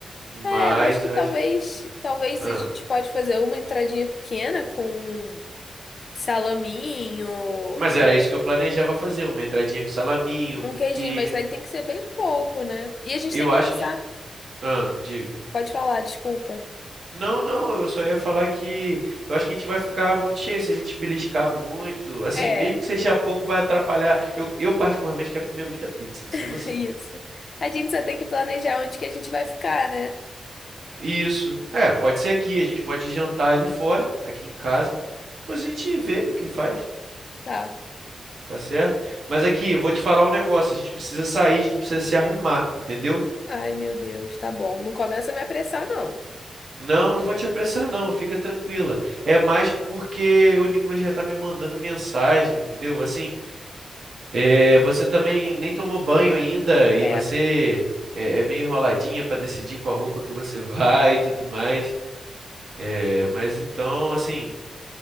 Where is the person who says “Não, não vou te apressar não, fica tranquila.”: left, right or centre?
Right